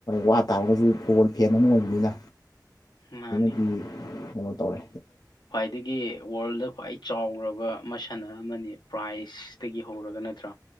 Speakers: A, on the left; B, on the left.
A: ꯋꯥ ꯇꯥꯔꯒꯁꯨ ꯐꯨꯠꯕꯣꯜ ꯐꯦꯟ ꯑꯃ ꯑꯣꯏꯕꯅꯤꯅ
B: ꯃꯥꯅꯦ
A: ꯒꯤ ꯀꯩꯅꯣ ꯇꯧꯔꯦ
B: ꯑꯗꯒꯤ ꯋꯥꯔꯜꯗ ꯈ꯭ꯋꯥꯏ ꯆꯥꯎꯔꯕ ꯃꯁꯟ ꯑꯃꯅꯤ ꯄ꯭ꯔꯥꯏꯖ ꯏꯁꯇꯒꯤ ꯍꯧꯔꯒ ꯅꯠꯇ꯭ꯔꯥ